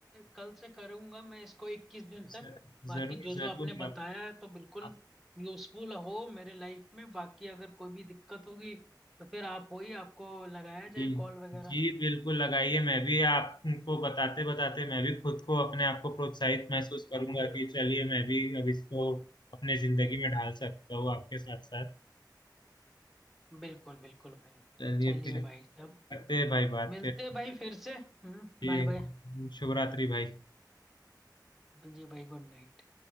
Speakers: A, in the centre; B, on the left.
A: कल से करूंगा मैं इसको इक्कीस दिन तक
B: ज-
A: बाकी
B: जरूर
A: जो जो
B: जरूर
A: आपने बताया
B: आप,
A: है तो बिल्कुल
B: आप
A: यूजफुल हो मेरे लाइफ में बाकी अगर कोई भी दिक्कत होगी तो फिर आप हो ही आपको लगाया जाए
B: जी
A: कॉल वगैरह
B: जी, बिल्कुल लगाइए मैं भी आपको बताते बताते मैं भी खुद को अपने आप को प्रोत्साहित महसूस करूंगा कि चलिए मैं भी अब इसको अपने जिंदगी में ढाल सकता हूँ आपके साथ साथ
A: बिल्कुल बिल्कुल भाई
B: चलिए
A: चलिए
B: फिर
A: भाई तब
B: करते हैं भाई बात
A: मिलते
B: फिर
A: हैं भाई फिर से हम्म
B: जी
A: बाय बाय
B: शुभ रात्रि भाई
A: जी भाई गुड नाइट